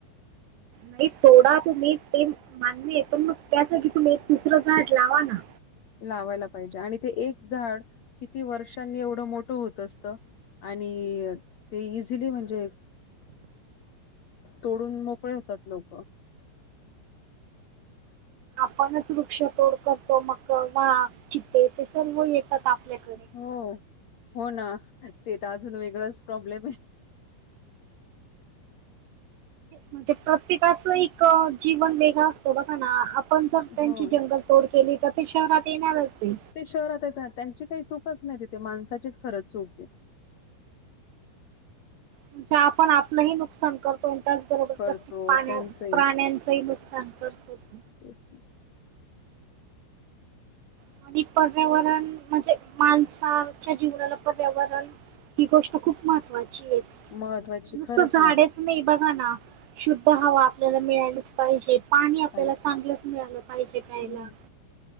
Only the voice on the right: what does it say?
नाही थोडा तुम्ही ते मान्य आहे पण मग त्यासाठी तुम्ही एक दुसरं झाड लावा ना
आपणच वृक्षतोड करतो मग वा <unintelligible> चितिततेचे सर्व येतात आपल्याकडे नाही,
म्हणजे प्रत्येकाच एक जीवन वेगळ असतं बघा ना आपण जर त्यांची
जंगल तोड केली तर ते शहरात येणारचय
म्हणजे आपण आपलंही नुकसान करतो त्याचबरोबर
प्रत्येक
<unintelligible> प्राण्यांचहीक सांग <unintelligible> करतोच
<unintelligible> आणि पर्यावरण म्हणजे माणसा-च्या जीवनाला पर्यावरण ही गोष्ट खूप महत्त्वाचीय
नुसतं
झाडे
नाही बघा ना शुद्ध हवा आपल्याला मिळायलाच पाहिजे पाणी आपल्याला
चांगलंच मिळालं पाहिजे का् प्यायला